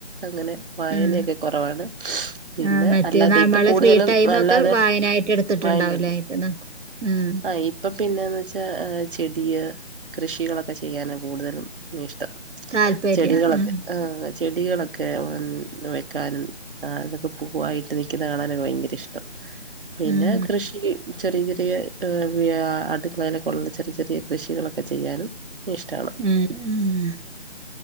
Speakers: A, on the right; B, on the right.
A: അങ്ങനെ വായനയൊക്കെ
B: ആഹ്
A: കൊറവാണ്. പിന്നെ
B: ആഹ് മറ്റേ
A: അല്ലാതെ
B: നമ്മളെ
A: ഇപ്പൊ കൂടുതലും
B: ഫ്രീ ടൈം
A: അല്ലാതെ
B: ഒക്കെ വായനായിട്ട് എടുത്തിട്ടുണ്ടാവൂലേ
A: വായന്നണ്ട്
B: ഇപ്പൊ ന ആഹ്
A: ആ ആ ഇപ്പൊ പിന്നെന്ന് വെച്ചാ ചെടിയ് കൃഷികളൊക്കെ ചെയ്യാനാ കൂടുതലും ഇഷ്
B: താല്പര്യം
A: ചെടികളൊക്കെ
B: ആഹ്
A: ആ. ചെടികളൊക്കെ വെക്കാനും അതൊക്കെ പൂവായിട്ട് നിൽക്കുന്ന കാണാനൊക്കെ ഭയങ്കര ഇഷ്ട്ട. പിന്നെ
B: ആഹ്
A: കൃഷി. ചെറിയ റിയ അടുക്കളയിലെക്കള്ളുള്ള ചെറിയ ചെറിയ കൃഷികളൊക്കെ ചെയ്യാനും ഇഷ്ട്ടാണ്.
B: മ്മ് മ്മ്.